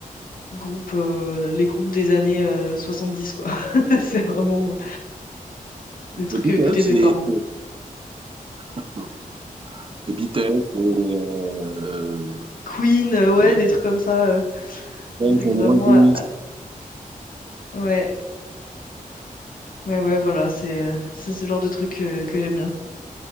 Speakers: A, on the left (about 75°); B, on the right (about 35°).
A: groupe, euh, les groupes des années euh, dix quoi. <laughs> C'est vraiment euh,
B: Les
A: des trucs
B: Beatles,
A: que écoutaient mes parents.
B: les, <laughs> les Beatles, les, euh,
A: Queen, euh, ouais,
B: Euh,
A: des trucs comme ça, euh,
B: Guns
A: trucs
B: N'
A: vraiment.
B: Roses.
A: à- à- Ouais, ouais, ouais, voilà, c'est euh, c'est ce genre de trucs euh, que j'aime bien.